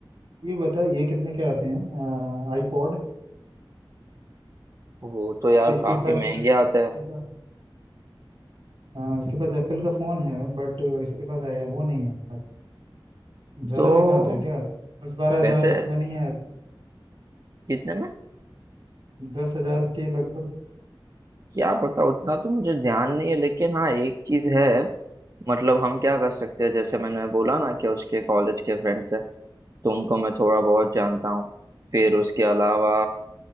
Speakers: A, on the right (about 90°); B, on the right (about 40°).
A: ये बता ये कितने के आते हैं आईपॉड
B: वो तो यार
A: इसके
B: काफी
A: पास
B: महंगे
A: इसके
B: आते हैं
A: पास हाँ इसके पास एप्पल का फोन है बट इसके पास आई वो नहीं है ज्यादा
B: तो
A: महंगा आता है क्या दस बारह हजार
B: वैसे
A: में नहीं है
B: कितने में
A: दस हजार के लगभग
B: क्या पता उतना तो मुझे ध्यान नहीं है लेकिन हाँ एक चीज है मतलब हम क्या कर सकते हैं जैसे मैंने बोला ना कि उसके कॉलेज के फ्रेंड्स हैं तो उनको मैं थोड़ा बहुत जानता हूँ फिर उसके अलावा